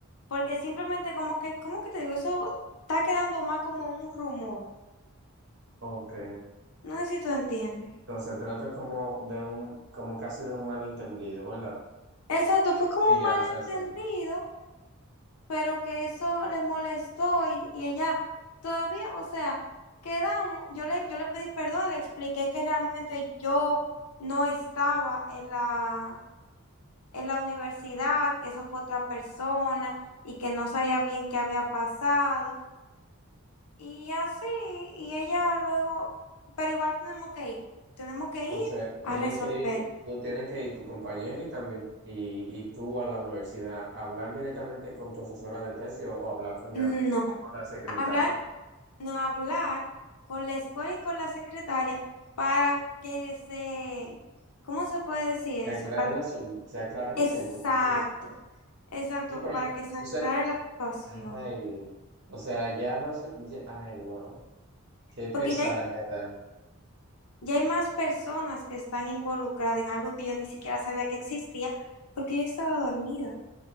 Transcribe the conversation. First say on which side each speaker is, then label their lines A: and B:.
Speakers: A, on the left; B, on the right.
A: porque simplemente como que, ¿cómo que te digo? Eso está quedando más como un rumor.
B: Ok.
A: No sé si tú entiendes.
B: Entonces se trata como de un, como casi de un malentendido, ¿verdad?
A: Exacto, fue como
B: Y
A: un
B: ya,
A: malentendido,
B: o sea, sí.
A: pero que eso le molestó y, y ella todavía, o sea, quedamos, yo le, yo le pedí perdón, le expliqué que realmente yo no estaba en la, en la universidad, que eso fue otra persona y que no sabía bien qué había pasado. Y así, y ella luego, pero igual tenemos que ir, tenemos que
B: O
A: ir
B: sea,
A: a
B: tienen
A: resolver.
B: que ir, tú tienes que ir tu compañero y también, y, y tú a la universidad, hablar directamente con tu asesora de tesis o, o hablar con ya
A: No,
B: con la secretaria.
A: hablar, no hablar con la escuela y con la secretaria para que se, ¿cómo se puede decir
B: Se
A: eso?
B: aclara
A: Para-
B: el asunto, se aclara el
A: exacto,
B: asunto, ¿cómo que me dice?
A: exacto,
B: No, pero
A: para
B: entonces
A: que se aclare la situación.
B: Ay, o sea, ya más, ya- ay, wow, qué
A: Porque
B: pesar,
A: ya hay,
B: en verdad.
A: ya hay más personas que están involucradas en algo que yo ni siquiera sabía que existía porque yo estaba dormida.